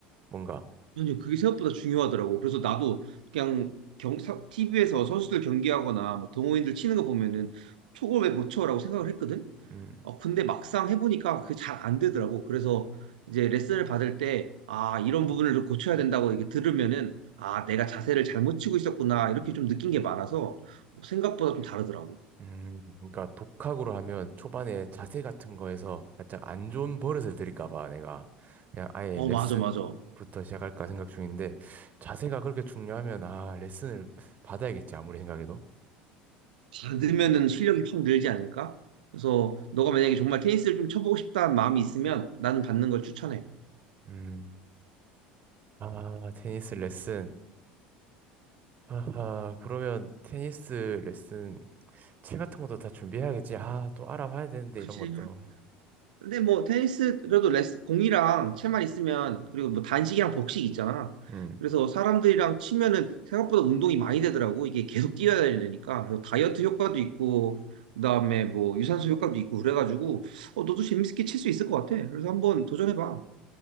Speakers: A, on the right (about 35°); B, on the right (about 70°).
A: 뭔가
B: 아니, 그게 생각보다 중요하더라고. 그래서 나도 그냥 경, TV에서 선수들 경기하거나 뭐 동호인들 치는 거 보면은 저걸 왜 못 쳐라고 생각을 했거든.
A: 음.
B: 어, 근데 막상 해보니까 그게 잘 안 되더라고. 그래서 이제 레슨을 받을 때, 아, 이런 부분을 좀 고쳐야 된다고 이렇게 들으면은, 아, 내가 자세를 잘못 치고 있었구나. 이렇게 좀 느낀 게 많아서 생각보다 좀 다르더라고.
A: 음, 그러니까 독학으로 하면 초반에 자세 같은 거에서 살짝 안 좋은 버릇을 들일까 봐 내가 그냥 아예
B: 어,
A: 레슨부터
B: 맞아, 맞아.
A: 시작할까 생각 중인데 자세가 그렇게 중요하면 아, 레슨을 받아야겠지 아무리 생각해도.
B: 받으면은 실력이 확 늘지 않을까? 그래서 너가 만약에 정말 테니스를 좀 쳐보고 싶다는 마음이 있으면 나는 받는 걸 추천해.
A: 음. 아, 테니스 레슨. 아하, 그러면 테니스 레슨 채 같은 것도 다 준비해야겠지. 아, 또 알아봐야 되는데,
B: 그치?
A: 이런 것도.
B: 근데 뭐 테니스 그래도 레스 공이랑 채만 있으면 그리고 뭐 단식이랑 복식 있잖아.
A: 음,
B: 그래서 사람들이랑 치면은 생각보다 운동이 많이 되더라고. 이게 계속 뛰어야 되니까. 그래서 다이어트 효과도 있고 그다음에 뭐 유산소 효과도 있고 그래가지고 어, 너도 재밌게 칠 수 있을 것 같아. 그래서 한번 도전해봐.